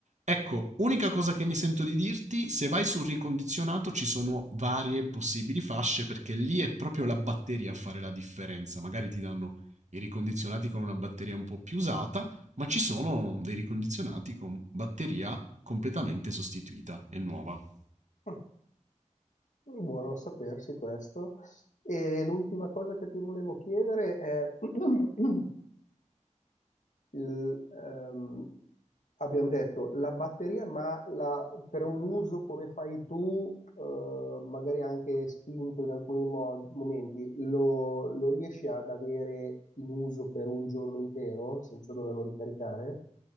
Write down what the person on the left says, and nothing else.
eh? Mm, Buono a sapersi questo. E l'ultima cosa che ti volevo chiedere è <clears throat> il, ehm, abbiamo detto la batteria, ma la- per un uso come fai tu, eh, magari anche spinto in alcuni mo- momenti, lo, lo riesci ad avere in uso per un giorno intero senza doverlo ricaricare?